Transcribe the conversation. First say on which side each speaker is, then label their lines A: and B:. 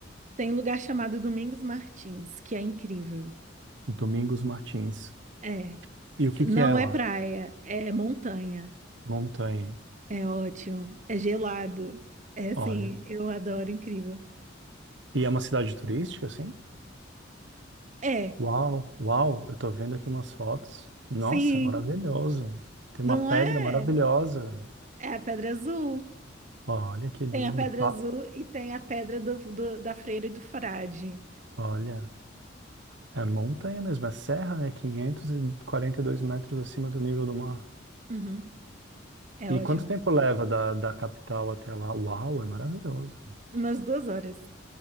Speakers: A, on the right (about 40°); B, on the right (about 65°).
A: Tem um lugar chamado Domingos Martins, que é incrível.
B: Domingos Martins.
A: É.
B: E o que
A: Não
B: que é lá?
A: é praia, é montanha.
B: Montanha.
A: É ótimo. É gelado. É assim,
B: Olha.
A: eu adoro, incrível.
B: E é uma cidade turística, assim?
A: É,
B: Uau, uau, eu tô vendo aqui umas fotos. Nossa,
A: sim,
B: é maravilhoso. Tem
A: não
B: uma pedra
A: é?
B: maravilhosa.
A: É a Pedra Azul.
B: Olha que lindo.
A: Tem a Pedra
B: pa-
A: Azul e tem a Pedra do, do- da Freira e do Frade.
B: Olha. É montanha mesmo, é serra, né? Quinhentos e e quarenta e dois metros acima do nível do mar.
A: Uhum, é
B: E
A: ótimo.
B: quanto tempo leva da, da capital até lá? Uau, é maravilhoso.
A: Umas duas horas.